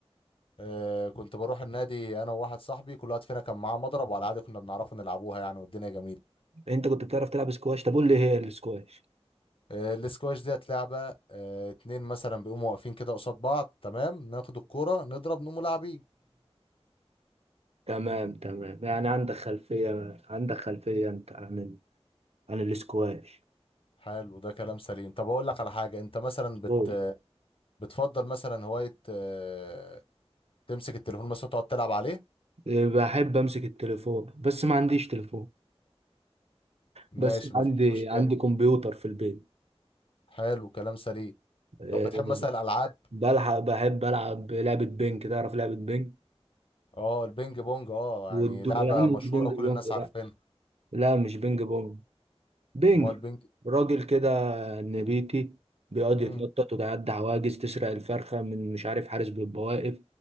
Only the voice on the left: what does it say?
آه كنت بروح النادي انا وواحد صاحبي كل واحد فينا كان معاه مضرب وعلى العادي كنا بنعرف نلعبوها يعني والدنيا جميله
آه السكواش ديت لعبه آه اتنين مثلا بيقوموا واقفين كده قصاد بعض تمام ناخد الكوره نضرب نقوم لاعبين
حلو ده كلام سليم طب اقول لك على حاجه انت مثلا بت
بتفضل مثلا هوايه آه تمسك التليفون مثلا تقعد تلعب عليه
ماشي
مفيش مشكله
حلو كلام سليم
طب بتحب مثلا الالعاب
اه البينج بونج اه
يعني لعبة
مشهورة
وكل
الناس
عارفينها
ما هو البينج
امم